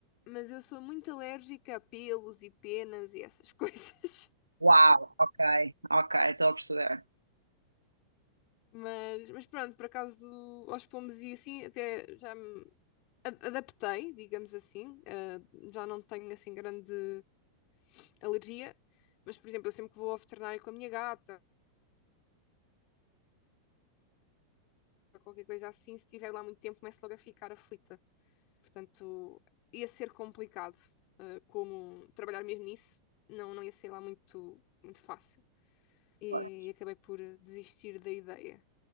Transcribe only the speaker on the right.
Uau, ok, ok, estou a perceber.
Pois,